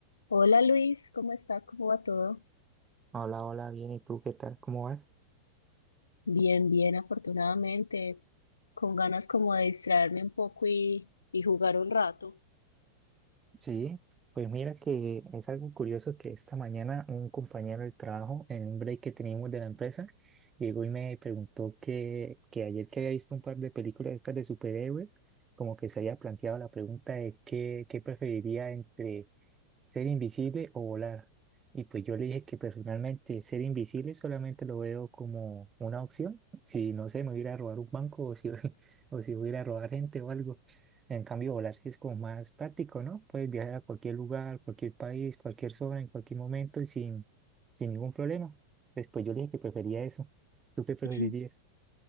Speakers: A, on the left; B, on the right.
A: Hola Luis, ¿cómo estás? ¿Cómo va todo?
B: Hola, hola, bien, ¿y tú qué tal? ¿Cómo vas?
A: Bien, bien, afortunadamente, con ganas como de distraerme un poco y, y jugar un rato.
B: Sí, pues mira que es algo curioso que esta mañana un compañero de trabajo, en un break que teníamos de la empresa, llegó y me preguntó que, que ayer que había visto un par de películas estas de superhéroes, como que se había planteado la pregunta de qué, qué preferiría entre ser invisible o volar. Y pues yo le dije que personalmente ser invisible solamente lo veo como una opción. Si no sé, me voy a ir a robar un banco o si, <laughs> o si voy a ir a robar gente o algo. En cambio, volar sí es como más práctico, ¿no? Puedes viajar a cualquier lugar, cualquier país, cualquier zona, en cualquier momento y sin, sin ningún problema. Después yo le dije que prefería eso. ¿Tú qué preferirías?
A: <laughs>